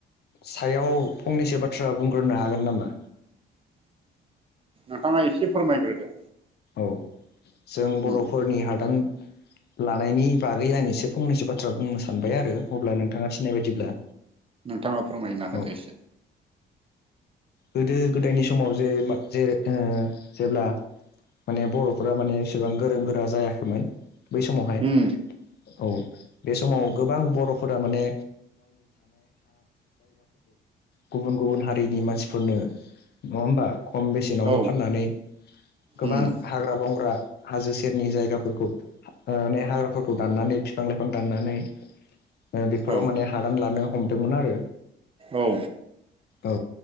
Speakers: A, on the left; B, on the right.
A: सायाव फंनैसो बाथ्रा बुंग्रोनो हागोन नामा?
B: नोंथाङा एसे फोरमायग्रोदो
A: औ जों बर'फोरनि
B: उम
A: हादान लानायनि बागै आं एसे फंनैसो बाथ्रा बुंनो सानबाय आरो अब्ला नोंथाङा थिनाय बायदिब्ला
B: नोंथाङा फोरमायना होदोएसे
A: औ गोदो गोदायनि समाव जे मा जै ओ जेब्ला माने बर'फोरा माने बेसेबां गोरों गोरा जायाखैमोन बै समावहाय
B: उम
A: औ बे समाव गोबां बर'फोरा माने गुबुन गुबुन हारिनि मानसिफोरनो नङा होमबा खम बेसेनावनो
B: औ
A: फाननानै गोबां
B: उम
A: हाग्रा-बंग्रा हाजो सेरनि जायगाफोरखौ ओ ने हाग्राफोरखौ दाननानै बिफां-लाइफां दाननानै ओ बेफोराव
B: औ
A: माने हादान लानो हमदोंमोन आरो
B: औ
A: औ